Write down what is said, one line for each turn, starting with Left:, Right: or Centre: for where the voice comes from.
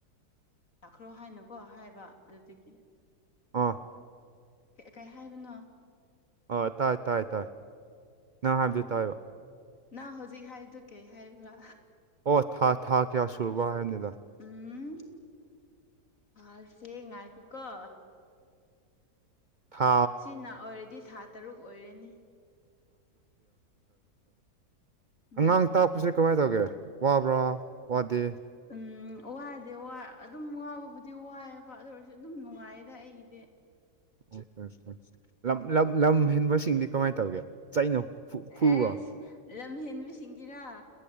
Left: ꯂꯥꯛꯈ꯭ꯔꯣ ꯍꯥꯏꯅꯀꯣ ꯍꯥꯏꯕ ꯑꯗꯨꯗꯒꯤ
Right: ꯑꯣ
Left: ꯀꯩ ꯍꯥꯏꯕꯅꯣ
Right: ꯑ ꯇꯥꯏ ꯇꯥꯏ ꯇꯥꯏ ꯅꯪ ꯍꯥꯏꯕꯗꯨ ꯇꯥꯏꯕ
Left: ꯅꯍꯪ ꯍꯧꯖꯤꯛ ꯍꯥꯏꯔꯤꯗꯨ ꯀꯩ ꯍꯥꯏꯔꯤꯕ꯭ꯔꯥ
Right: ꯑꯣ ꯊꯥ ꯊꯥ ꯀꯌꯥ ꯁꯨꯨꯔꯕ ꯍꯥꯏꯕꯅꯤꯗ
Left: ꯎꯝ ꯊꯥꯁꯦ ꯉꯥꯏꯈꯣꯀꯣ
Right: ꯊꯥ
Left: ꯁꯤꯅ ꯑꯣꯏꯔꯗꯤ ꯊꯥ ꯇꯔꯨꯛ ꯑꯣꯏꯔꯅꯤ ꯎꯝ
Right: ꯑꯉꯥꯡ ꯇꯥꯛꯄꯁꯦ ꯀꯃꯥꯏꯅ ꯇꯧꯒꯦ ꯋꯥꯕ꯭ꯔꯥ ꯋꯥꯗꯦ
Left: ꯎꯝ ꯋꯥꯗꯤ ꯋꯥ ꯑꯗꯨꯝ ꯋꯥꯕꯕꯨꯗꯤ ꯋꯥꯏꯑꯦꯕ ꯑꯗꯨ ꯑꯣꯏꯔꯁꯨ ꯑꯗꯨꯝ ꯅꯨꯡꯉꯥꯏꯌꯦꯗ ꯑꯩꯒꯤꯗꯤ
Right: ꯎ ꯎ ꯎ ꯂꯝ ꯂꯝ ꯂꯝ ꯍꯦꯟꯕꯁꯤꯡꯗꯤ ꯀꯃꯥꯏꯅ ꯇꯧꯒꯦ ꯆꯩꯅ ꯐꯨ ꯐꯨꯕ꯭ꯔꯣ
Left: ꯑꯦꯁ ꯂꯝ ꯍꯦꯟꯕꯁꯤꯡꯒꯤꯔꯥ